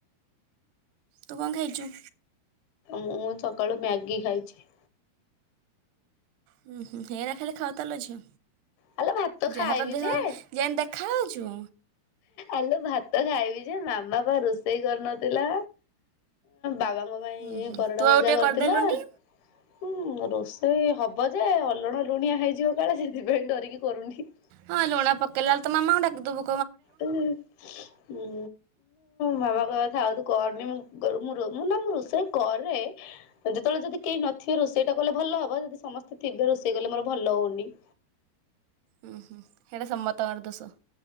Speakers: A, on the right (about 85°); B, on the left (about 75°).
A: ତୁ କଣ ହେଇଛୁ?
B: ମୁଁ ସକାଳୁ ମ୍ୟାଗି ଖାଇଛି।
A: ହୁଁ ହୁଁ‌ ‌ହେରା ଖାଲି ଖାଉ ଥାଲୋ ଝିଅ
B: ଆଲୋ ଭାତ ଖାଇବି
A: ଯାହା ତ ଦେହ
B: ଯେ
A: ଯେନ୍ତି ଦେଖାହଉଛୁ।
B: ଆଲୋ ଭାତ ଖାଇବି ଯେ, ମାମା ପା ରୋଷେଇ କରିନଥିଲା। ବାବାଙ୍କ ପାଇଁ
A: ହୁଁ ହୁଁ
B: ପରଡା
A: ତୁ ଆଉ
B: ଭଜା
A: ଟିକେ
B: କରିଥିଲା।
A: କରିଦେଲୁନି
B: ହୁଁ ରୋଷେଇ ହବ ଯେ ଅଲଣ ଲୁଣିଆ ହେଇଯିବ କାଳେ ସେଥିପାଇଁ ଡରିକି କରୁନି।
A: ହଁ, ଲୁଣ ପକେଇଲାଏଳୁ ତୋ ମାମା କୁ ଡାକିଦବୁ।
B: ହ, ହଁ। ମୋ ମାମାଙ୍କ କହିବ ଥାଉ ତୁ କରନି, ମୁଁ, ମୁଁ, ମୁଁ, ନା ମୁଁ ରୋଷେଇ କରେ। ଯେତେବେଳେ ଯଦି କେହି ନଥିବେ ରୋଷେଇ ଟା କଲେ ଭଲ ହବ। ଯଦି ସମସ୍ତେ ଥିବେ ରୋଷେଇ କଲେ ମୋର ଭଲ ହଉନି।
A: ହୁଁ, ହୁଁ, ହେଟା ସମ୍ମତକର ଦୋସ।